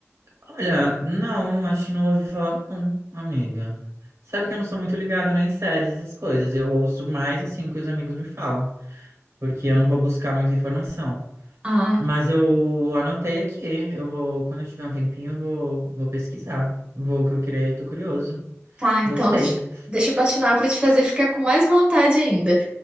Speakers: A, on the right; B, on the right.
A: Olha, não, acho que não ouvi falar, não, amiga. Sabe que eu não sou muito ligado, né, em séries, essas coisas. Eu ouço mais, assim, o que os amigos me falam. Porque eu não vou buscar muita informação.
B: Ah,
A: Mas eu anotei aqui. Eu vou, quando eu tiver um tempinho, eu vou, vou pesquisar. Vou que eu querer, tô curioso.
B: tá. Então
A: Gostei.
B: deixa, deixa eu patinar para te fazer ficar com mais vontade ainda.